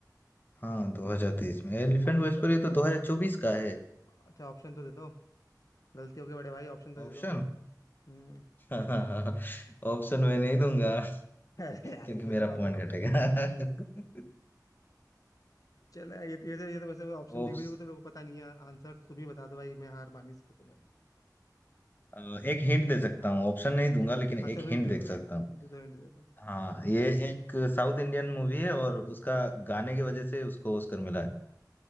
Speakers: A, on the left; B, on the left.
A: रहा हूँ हाँ 2023 में एलिफेंट
B: ऑप्शन
A: व्हिस्परर
B: तो
A: ये तो 2024 का है
B: अच्छा ऑप्शन तो दे दो गलती हो गई बड़े भाई ऑप्शन तो दे
A: ऑप्शन
B: दो हम्म
A: <laughs> ऑप्शन मैं नहीं दूंगा
B: <laughs> अरे यार
A: क्योंकि
B: ये कैसी
A: मेरा
B: बात
A: पॉइंट
B: है ऑप्शन
A: घटेगा <laughs>
B: चलो यार, <laughs> ये तो ये तो ये तो वैसे ऑप्शन दे
A: ऑप्स-
B: भी दोगे तो मेरे को पता नहीं है आंसर तो तुम ही बता दो भाई मैं हार मानी इस पे तो मैं
A: अ, एक हिंट दे सकता हूँ ऑप्शन नहीं
B: हाँ
A: दूंगा
B: चल
A: लेकिन
B: हाँ चलो
A: एक
B: हिंट
A: हिंट
B: दे
A: दे
B: दो
A: सकता
B: हिंट दे दो हिंट दे दो
A: हाँ ये एक साउथ इंडियन मूवी है और उसका गाने की वजह से उसको ऑस्कर मिला है